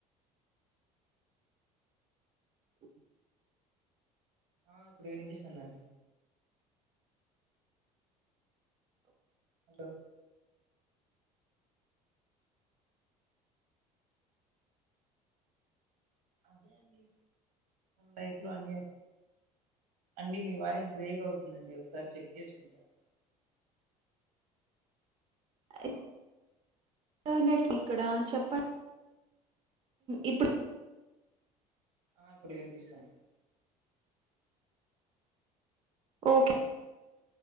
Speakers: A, on the right; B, on the right.
A: ఆ
B: ఆ ఇప్పుడు వినిపిస్తుందండి హలో అదే అండి లైఫ్ లో అన్ని అండి మీ వాయిస్ బ్రేక్ అవుతుందండి ఒకసారి చెక్ చేసుకుంటారు.
A: నట్ ఇంటర్నెట్ వీక్ ఇక్కడ అని చెప్పండి ఇప్పుడు
B: ఆ ఇప్పుడు వినిపిస్తది
A: ఓకే